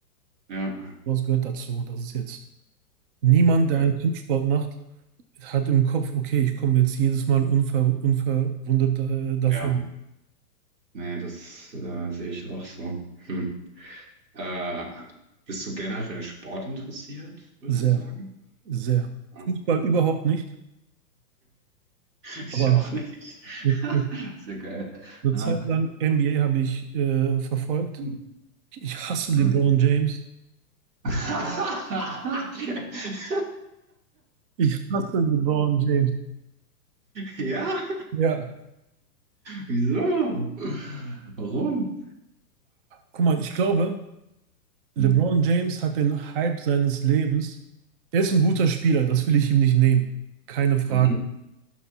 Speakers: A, on the right (about 85°); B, on the right (about 35°).
A: Ja,
B: was gehört dazu. Das ist jetzt niemand, der
A: ja,
B: einen Kampfsport macht, hat im Kopf, okay, ich komme jetzt jedes Mal unver, unverwundet äh, davon.
A: ja. Nee, das äh, sehe ich auch so. Hm. Äh, bist du generell Sport interessiert, würdest
B: Sehr,
A: du sagen?
B: sehr.
A: Ja.
B: Fußball
A: <laughs>
B: überhaupt nicht.
A: Ich
B: Aber
A: auch nicht.
B: eine,
A: <laughs>
B: eine,
A: Sehr geil.
B: eine
A: Ja.
B: Zeit lang NBA habe ich äh, verfolgt.
A: Hm.
B: Ich, ich hasse LeBron
A: Hm.
B: James.
A: <laughs>
B: Ich hasse LeBron James.
A: ja?
B: Ja,
A: Wieso? Warum?
B: guck mal, ich glaube, LeBron
A: Hm.
B: James hat den Hype seines Lebens. Er ist ein guter Spieler, das will ich ihm nicht nehmen. Keine Frage.
A: Mhm.